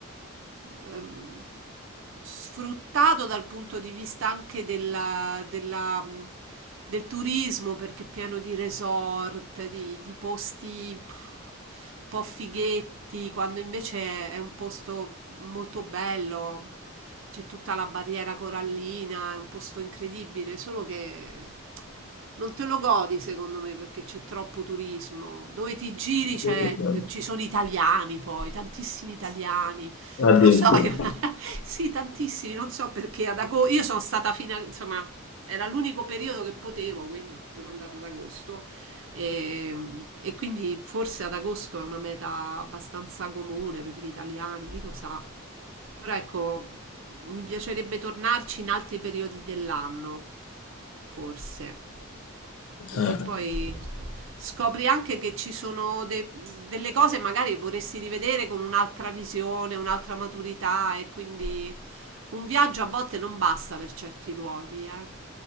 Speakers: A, on the right; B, on the left.
A: ehm, sfruttato dal punto di vista anche della- della, mh, del turismo, perché è pieno di resort, di, di posti pff, un po' fighetti, quando invece è un posto molto bello c'è tutta la barriera corallina, è un posto incredibile, solo che non te lo godi secondo me perché c'è troppo turismo. Dove ti giri
B: <laughs>
A: c'è- ci sono italiani poi, tantissimi italiani.
B: Addirittura.
A: Non lo so, io, <laughs> sì, tantissimi, non so perché ad agosto, io sono stata fino a, insomma, era l'unico periodo che potevo, quindi sono andata ad agosto. E, e quindi forse ad agosto è una meta abbastanza comune per gli italiani, chi lo sa. Però ecco, mi piacerebbe tornarci in altri periodi dell'anno, forse, perché
B: Eh,
A: poi scopri anche che ci sono de- delle cose magari che vorresti rivedere con un'altra visione, un'altra maturità e quindi un viaggio a volte non basta per certi luoghi, eh.